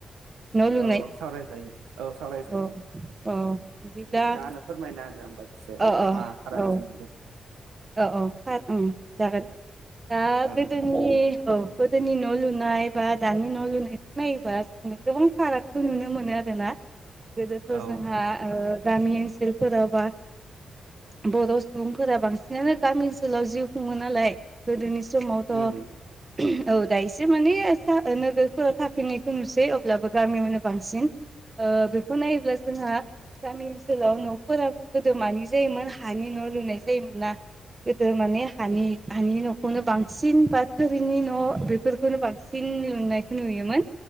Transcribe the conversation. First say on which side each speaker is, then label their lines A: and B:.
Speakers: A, on the right; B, on the right.
A: न' लुनाय
B: औ सावराय जायो। औ सावरायजायो
A: औ औ बिदिब्ला
B: नोंथाङानो फोरमायना होदो होनबा एसे
A: अ अ
B: मा फारागथि
A: औ
B: मोनदों।
A: औ औ सार ओं जागोन दा
B: औ
A: गोदो जोंनि औ गोदोनि न' लुनाय बा दानि न' लुनायखौ नायोबा जोंनो गोबां फाराग खौ नुनो मोनो आरोना। गोदोथ'
B: औ
A: जोंहा ओ गामि ओनसोलफोराबा बर' सुबुंफोरा बांसिनानो गामि ओनसोलाव जिउ खुङो नालाय गोदोनि समावथ'
B: उम
A: ओहोम औ दा एसे माने नोगोरफोराव थाफैनायखौ नुसै अब्लाबो गामियावनो बांसिन ओ बेखौ नायोब्ला जोंहा गामि ओनसोलाव न'फोरा गोदो मानि जायोमोन हानि न' लुनाय जायोमोन ना। गोदो माने हानि हानि न'ख खौनो बांसिन बा थोरिनि न' बेफोरखौनो बांसिन लुनायखौ नुयोमोन।